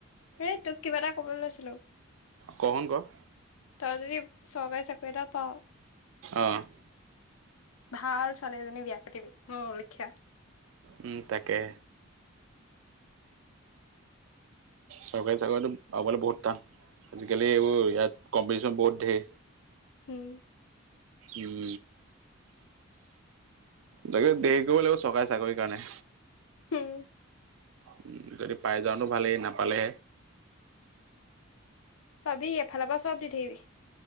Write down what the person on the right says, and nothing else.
ক শুন ক-
অ'
উম তাকে! চৰকাৰী চাকৰিটো পাবলে বহুত টান, আজিকালি এইবোৰ ইয়াত কম্পিটিশ্যন বহুত ধেৰ।
উম তাকে দেৰি কৰিব লাগিব চৰকাৰে চাকৰি কাৰণে।
উম, যদি পাই যাওঁতো ভালেই নাপালে